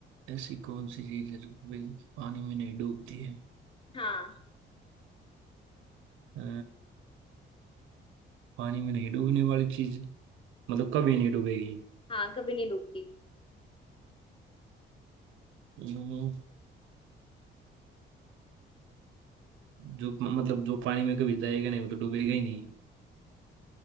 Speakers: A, on the right; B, on the left.
A: ऐसी कौन सी चीज है जो कभी पानी में नहीं डूबती है
B: हाँ
A: अ, पानी में नहीं डूबने वाली चीज मतलब कभी नहीं डूबेगी
B: हाँ कभी नहीं डूबती
A: हम्म, जो मतलब जो पानी में कभी जाएगा नहीं वो तो डूबेगा ही नहीं